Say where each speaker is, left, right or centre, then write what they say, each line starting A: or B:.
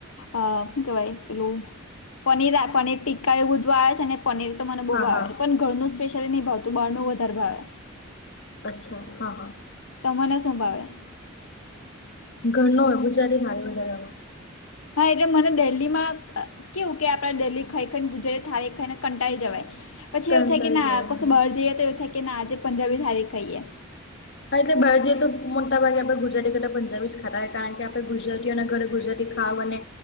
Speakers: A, on the left; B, on the left.
A: અ હું કેવાય પેલું પનીરા પનીર ટિક્કા એવુ બધું આવે છે ને પનીર તો મને બહુ
B: હા
A: ભાવે
B: હા
A: પન ઘરનું સ્પેશિયલી નહી ભાવતું બાર નું વધારે ભાવે.
B: અચ્છા હા હા
A: તમને શું ભાવે?
B: ઘરનો <unintelligible>
A: હા એટલે મને દેલ્લીમાં કેવું કે આપણે ડેલ્લી ખાઈ ખાઈન ગુજરાત થાળી ખાઈને કંટાળી જવાય. પછી
B: કંટાળી
A: એવું થાય કે ના
B: જવાય
A: કશું બાર જઇએ તો એવુ થાય કે ના આજે પંજાબી થાળી ખાઈએ.
B: હા એટલે બાર જઇએ તો મોટા ભાગે આપણે ગુજરાતી કરતા પંજાબી જ ખાતા હોય કારણ કે આપણે ગુજરાતીઓના ઘરે ગુજરાતી તી ખાવા બને